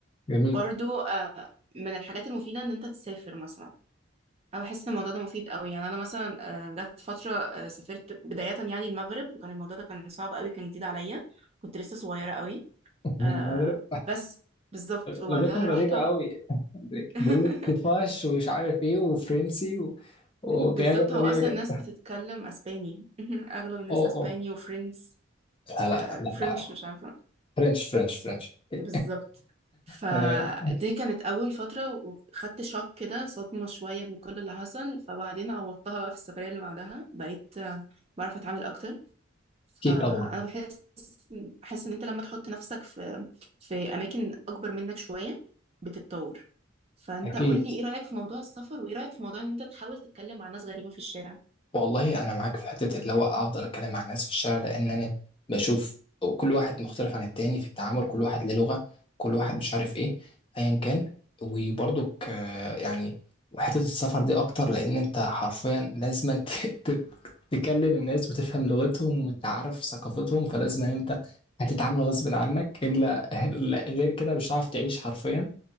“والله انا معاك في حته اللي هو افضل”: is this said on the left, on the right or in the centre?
Left